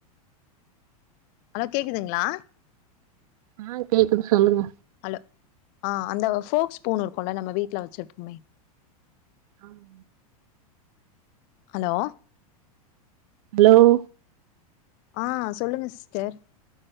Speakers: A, on the left (about 45°); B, on the right (about 70°).
A: ஹலோ கேக்குதுங்களா
B: ஆ கேக்குது சொல்லுங்க
A: ஹலோ ஆ அந்த ஃபோக்ஸ் ஸ்பூன் இருக்குன்ல நம்ம வீட்ல வெச்சிருப்போமே
B: ஆம்
A: ஹலோ
B: ஹலோவ்
A: ஆ சொல்லுங்க சிஸ்டர்